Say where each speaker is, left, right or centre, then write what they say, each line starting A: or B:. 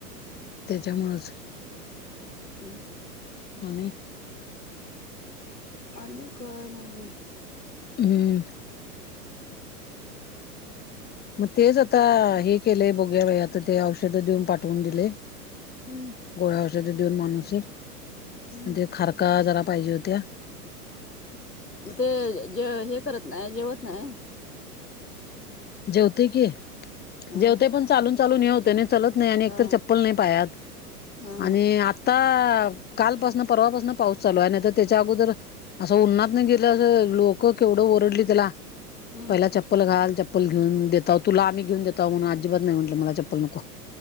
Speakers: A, on the left; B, on the left.
A: त्याच्यामुळंच.
B: हम्.
A: आणि.
B: आणि काय नाही बाई.
A: हम्म. मग तेच आता हे केले बघूया बाई आता ते औषध देऊन पाठवून दिले.
B: हम्म.
A: गोड औषध देऊन मनूसिक म्हण
B: हम्म
A: ते खारका जरा पाहिजे होत्या.
B: मग ते जे हे करत नाही जेवत नाही.
A: जेवते की
B: हा
A: जेवते पण चालून चालून हे होते ना. त नाही एक
B: हा
A: चप्पल नाही पायात
B: हा
A: आणि आता कालपासन परवापासन पाऊस चालू आहे नाही तर त्याच्या अगोदर असं उननात नाही गेलं अस लोक केवढं ओरडली त्याला.
B: ह
A: पहिला चप्पल घाल चप्पल घेऊनेतता तुला आम्ही घेऊन देतो म्हणून अजिबात नाही म्हटलं मला चप्पल. नको